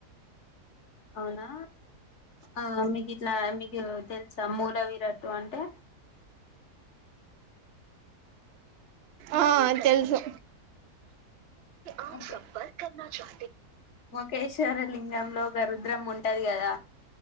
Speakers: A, on the left; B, on the right.
A: అవునా ఆ మీగి ఇట్లా మీకు తెలుసా మూల విరట్టు అంటే
B: ఆ తెలుసు ఆ
A: ఓకే,
B: సంపర్క కన్నా చా
A: ముఖేశ్వర లింగంలో గరుద్రం ఉంటది కదా